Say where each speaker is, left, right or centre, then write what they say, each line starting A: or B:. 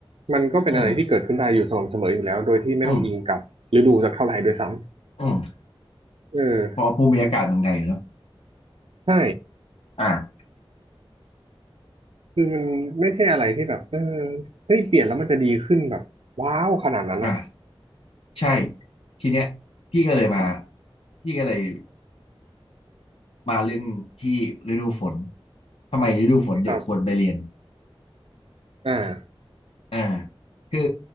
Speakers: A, on the right; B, on the left.
A: มันก็เป็นอะไรที่เกิดขึ้นได้อยู่สม่ำเสมออยู่แล้วโดยที่ไม่ต้องอิงกับฤดูสักเท่าไหร่ด้วยซ้
B: อืมอืมอืม
A: ำเอ
B: เพอภูมิอากาศเมืองไทยเนอะ
A: อใช่
B: อ่า
A: คือมันไม่ใช่อะไรที่แบบเออเฮ้ยเปลี่ยนแล้วมันจะดีขึ้นแบบว้าวขนาดนั้นอะ
B: อ่าใช่ทีเนี้ยพี่ก็เลยมาพี่ก็เลยมาเรื่องที่ฤดูฝนทำไมฤดูฝนเด็กควรไปเรียน
A: ครับอ่า
B: อ่าคือ